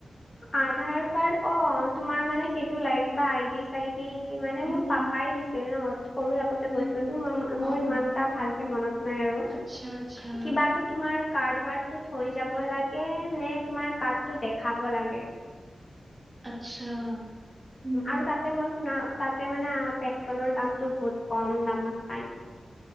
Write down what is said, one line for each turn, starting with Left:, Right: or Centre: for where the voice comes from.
Left: আধাৰ কাৰ্ড অ' তোমাৰ মানে সেইটো লাগে কিবা আইডি। চাইডি মানে
Right: উম
Left: মোৰ
Right: হম
Left: পাপাই দিছিল ন' সৰু থা সৰুতে গৈছোঁতো
Right: উম হম
Left: মোৰ
Right: অ
Left: ইমান
Right: অ
Left: এটা ভালকে মনত নাই আৰু।
Right: আচ্ছা আচ্ছা
Left: কিবাটোত তোমাৰ কাৰ্ড বাৰ্ডটো থৈ যাব লাগে নে তোমাৰ কাৰ্ড টো দেখাব লাগে।
Right: আচ্ছা। উম
Left: আৰু তাতে মই শুনা তাতে মানে পেট্ৰলৰ দামটো বহুত কম দামত পায়।